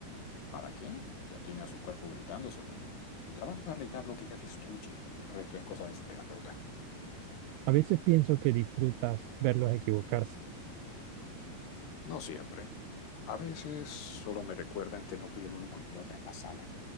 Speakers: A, on the left (about 70°); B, on the right (about 80°).
A: ¿Para qué? Ya tiene a su cuerpo gritándoselo. Mi trabajo es arreglar lo que ella destruye. El resto es cosa de su terapeuta.
B: A veces pienso que disfrutas verlos equivocarse.
A: No siempre. A veces solo me recuerdan que no soy el único idiota en la sala.